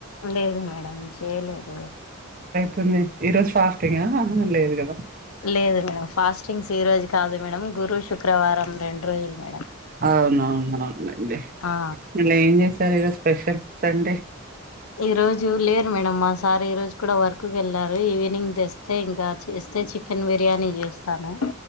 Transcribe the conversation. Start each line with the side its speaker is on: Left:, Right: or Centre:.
Left: లేదు మేడం చేయలేదు
Right: సర్లే ఈ రోజు ఫాస్టింగ్ అ లేదు గదా
Left: లేదు మేడం ఫాస్టింగ్స్ ఈ రోజు కాదు మేడం గురు, శుక్రవారం రెండు రోజులు మేడం
Right: అవునవునండి
Left: ఆ
Right: నిన్న ఏం చేసారు ఈరోజు స్పెషల్ సండే?
Left: ఈ రోజు లేరు మేడమ్ మా సార్ ఈ రోజు కూడా వర్క్కి వెళ్లారు. ఈవినింగ్ తెస్తే ఇంకా చేస్త చే చికెన్ బిర్యానీ చేస్తాను.